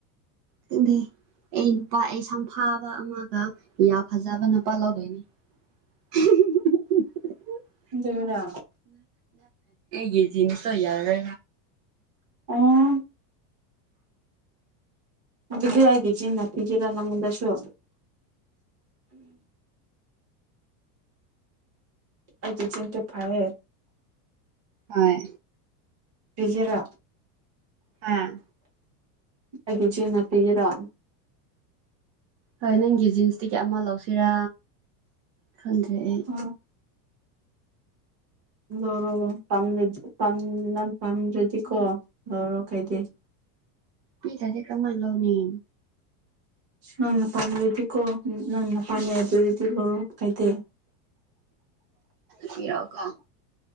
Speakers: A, on the right; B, on the right.
A: ꯅꯪꯗꯤ ꯑꯩ ꯅꯨꯄꯥ ꯑꯩ ꯁꯝꯐꯥꯕ ꯑꯃꯒ ꯌꯥ ꯐꯖꯕ ꯅꯨꯄꯥ ꯂꯧꯗꯣꯏꯅꯦ <unintelligible>
B: ꯑꯗꯨꯔ
A: ꯌꯦꯖꯅꯤ ꯌꯥꯔ
B: ꯑꯣ ꯃꯗꯤ ꯍꯥꯏꯒꯤꯦ ꯖꯤꯟ ꯍꯥꯄꯤꯖꯤꯔ ꯅꯪ ꯃꯗꯁꯨꯨ ꯑꯩꯆꯦꯟ ꯀ ꯐꯥꯏꯔ
A: ꯍꯣꯏ
B: ꯔꯤꯖꯔꯥ
A: ꯍꯥ
B: ꯍꯥꯏꯒꯤꯖꯤꯅ ꯄꯤꯒ ꯔꯥꯜ
A: ꯍꯣꯏ ꯅꯪꯒꯤ ꯖꯤꯟꯁꯇꯤ ꯀ ꯑꯃ ꯂꯧꯁꯤꯔꯥ ꯈꯟꯗ꯭ꯔꯦ ꯑꯩ
B: ꯎꯝ ꯂꯧꯔꯣ ꯄꯥꯝꯗꯗꯤꯝ ꯄꯥꯝꯗ꯭ꯔꯗꯤꯀꯣ ꯂꯧꯔꯣ ꯈꯩꯗ
A: ꯄꯤ ꯇꯁ ꯀꯃꯜꯂꯣꯅꯤ
B: ꯅꯪꯅ ꯄꯥꯝꯗꯗꯤꯀꯣ ꯅꯪꯅ ꯄꯥꯝꯃꯦ ꯑꯗꯨꯔꯗꯤ ꯂꯧꯔꯣ ꯀꯥꯏꯗꯦ
A: ꯁꯤꯔꯎꯒ